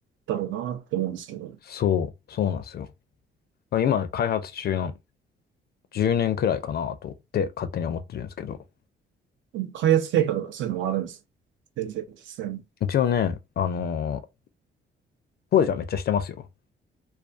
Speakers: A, on the right (about 70°); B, on the left (about 50°).
A: だろうなって思うんですけど、
B: そう。そうなんですよ。今、開発中なん10年くらいかなと、って勝手に思ってるんですけど。
A: 開発計画とかそういうのもあるんです。全然ですね。
B: 一応ね、あのー工事はめっちゃしてますよ。